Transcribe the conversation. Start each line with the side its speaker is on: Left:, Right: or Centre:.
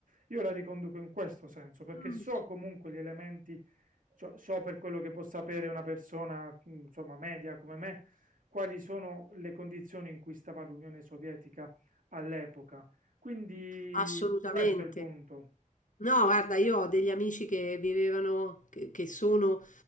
Right: Io la riconduco in questo senso, perché
Left: Mh,
Right: so comunque gli elementi, cioè, so per quello che può sapere una persona, mh, insomma, media come me, quali sono le condizioni in cui stava l'Unione Sovietica all'epoca. Quindi
Left: assolutamente.
Right: questo è il punto.
Left: No, guarda, io ho degli amici che vivevano, che, che sono